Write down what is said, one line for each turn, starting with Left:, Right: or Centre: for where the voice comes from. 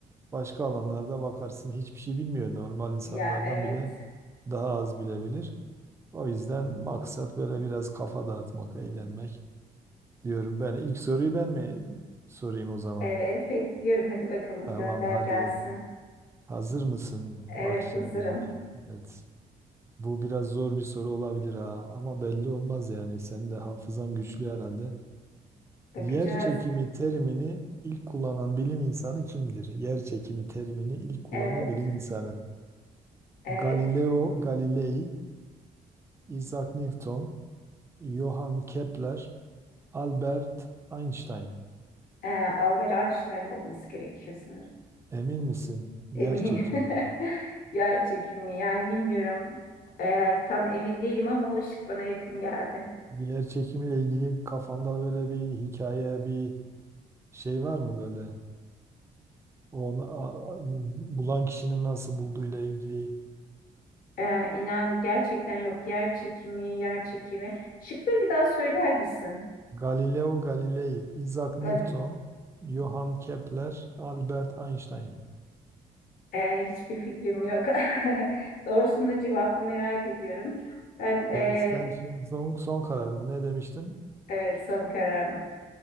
Right: Başka alanlarda bakarsın hiçbir şey bilmiyor. Normal insanlardan
Left: Ya evet.
Right: bile daha az bilebilir. O yüzden maksat böyle biraz kafa dağıtmak, eğlenmek. diyorum ben. İlk soruyu ben mi sorayım o zaman?
Left: Evet bekliyorum. Hadi bakalım
Right: Tamam
Left: gönder
Right: hadi.
Left: gelsin.
Right: Hazır mısın?
Left: Evet
Right: Bak şimdi.
Left: hazırım.
Right: Evet. Bu biraz zor bir soru olabilir ha ama belli olmaz yani. Senin de hafızan güçlü herhalde.
Left: Bakacağız.
Right: Yer çekimi terimini ilk kullanan bilim insanı kimdir? Yer çekimi terimini ilk kullanan
Left: Evet,
Right: bilim insanı.
Left: evet.
Right: Galileo Galilei, Isaac Newton, Johann Kepler, Albert Einstein.
Left: Ee, Albert Einstein olması gerekiyor sanırım.
Right: Emin misin? Yer
Left: Eminim.
Right: çekimi.
Left: <laughs> Yer çekimi. Yani bilmiyorum. Ee, tam emin değilim ama o ışık bana yakın geldi.
Right: Yer çekimiyle ilgili kafanda böyle bir hikaye, bir şey var mı böyle? Onu a- a- bulan kişinin nasıl bulduğuyla ilgili.
Left: Ee, inan gerçekten yok. Yer çekimi, yer çekimi. Şıkları bir daha söyler misin?
Right: Galileo Galilei, Isaac Newton,
Left: Galil.
Right: Johann Kepler, Albert Einstein.
Left: Ee, hiçbir fikrim yok. <laughs> Doğrusunu cevabını merak ediyorum. Ben ee,
Right: Ya sen şimdi son, son karar mı? Ne demiştin?
Left: evet son kararım.